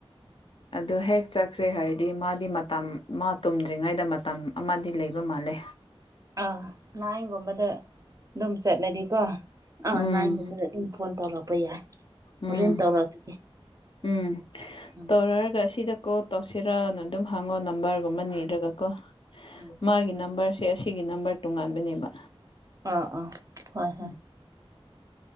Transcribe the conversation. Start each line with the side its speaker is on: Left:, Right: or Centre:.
Left: ꯑꯗꯨ ꯍꯦꯛ ꯆꯠꯈ꯭ꯔꯦ ꯍꯥꯏꯗꯤ ꯃꯥꯗꯤ ꯃꯇꯝ ꯃꯥ ꯇꯨꯝꯗ꯭ꯔꯤꯉꯩꯗ ꯃꯇꯝ ꯑꯃꯗꯤ ꯂꯩꯕ ꯃꯥꯜꯂꯦ
Right: ꯑꯥ ꯅꯥꯏꯟꯒꯨꯝꯕꯗ ꯑꯗꯨꯝ ꯆꯠꯂꯗꯤꯀꯣ ꯑꯥ
Left: ꯎꯝ
Right: ꯅꯥꯏꯟꯒꯨꯝꯕꯗ ꯐꯣꯟ ꯇꯧꯔꯛꯄ ꯌꯥꯏ ꯍꯣꯔꯦꯟ
Left: ꯎꯝ
Right: ꯇꯧꯔꯛꯄꯤꯒꯦ
Left: ꯎꯝ
Right: ꯎꯝ
Left: ꯇꯧꯔꯑꯒ ꯁꯤꯗꯀꯣ ꯇꯧꯁꯤꯔꯅ ꯑꯗꯨꯝ ꯍꯪꯉꯣ ꯅꯝꯕꯔꯒꯨꯝꯕ ꯅꯤꯔꯒꯀꯣ
Right: ꯎꯝ
Left: ꯃꯥꯒꯤ ꯅꯝꯕꯔꯁꯦ ꯑꯁꯤꯒꯤ ꯅꯝꯕꯔ ꯇꯣꯉꯥꯟꯕꯅꯦꯕ
Right: ꯑꯥ ꯑꯥ ꯍꯣꯏ ꯍꯣꯏ
Left: ꯎꯝ